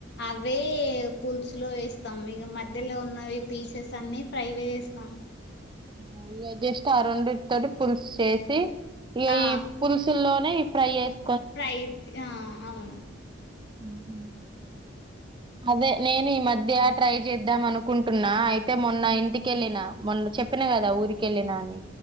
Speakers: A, on the left; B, on the right.
A: అవే పులుసులో వేస్తాము ఇక మధ్యలో ఉన్నవి పీసెస్ అన్ని ఫ్రైవే చేస్తాము
B: ఆ ఇగ జస్ట్ రెండిటితోటి పుల్సు చేేసి ఇగ
A: ఆ
B: ఈ పుల్సు తూల్ లోనే ఫ్రై చేస్
A: ఫ్రై ది ఆ అవును
B: ఉహు అదే నేను ఈ మధ్య ట్రై చేద్దాం అనుకుంటున్నా అయితే మొన్న ఇంటికెళ్ళిన మొన్న చెప్ చెప్పిన కదా ఊరికెళ్ళిన అని